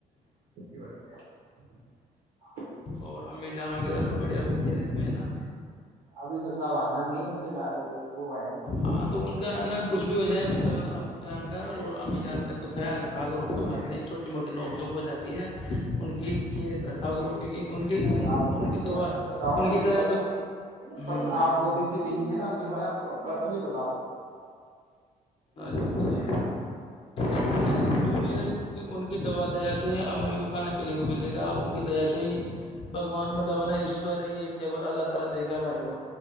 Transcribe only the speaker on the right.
<unintelligible>
ابھی تو صاب آنا نہیں ہے ان کے لاالے پ تو وہ ہے
آپ کوسا
بتاؤں
گا
آپ دو دن سے بجی تھے نا نی نا پرس نہیں پت